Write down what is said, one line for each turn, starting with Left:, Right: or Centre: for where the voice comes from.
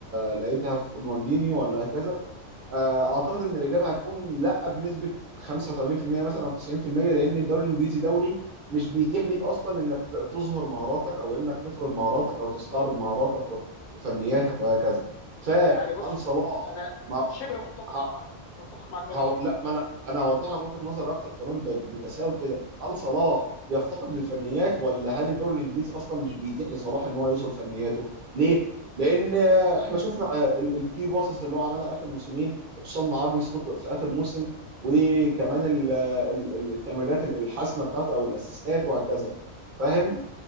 Right: لقيتها في رونالدينيو ولا هكذا آه، اعتقد ان الاجابه هتكون لا بنسبه 85% مثلا او 90% لان الدوري الانجليزي دوري مش بيتيح ليك اصلا انك ت- تظهر مهاراتك او انك تفرض مهاراتك او تستعرض مهاراتك و- وفنياتك وهكذا فهل
Left: يعني بص
Right: صلاح
Left: انا
Right: مع
Left: شبه متفق
Right: ه-
Left: معاك مش متفق معاك 100%
Right: هو لا ما انا انا هوضح لك وجهة نظر اكتر كمان ب- بتساؤل كده هل صلاح بيفتقد للفنيات ولا هل الدوري الانجليزي اصلا مش بيتيح لصلاح ان هو يظهر فنياته ليه لان آه، احنا شفنا آه، ال- الكي باسز اللي هو عملها اخر موسمين وخصوصا مع ارني سلوت في اخر موسم وكمان ال- ال- ال- التمريرات ال- الحاسمه بتاعته او الاسيستات وهكذا فاهم